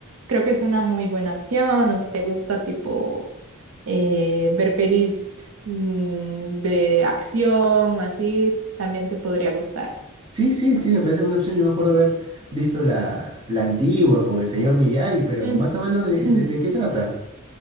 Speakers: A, on the right; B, on the right.
A: Creo que es una muy buena opción, o si te gusta tipo eh, ver pelis mm, de acción o así, también te podría gustar.
B: Sí, sí, sí, me parece una opción. Yo me acuerdo haber visto la, la antigua con el señor Miyagi, pero
A: Mm.
B: más o menos de, de- de qué trata.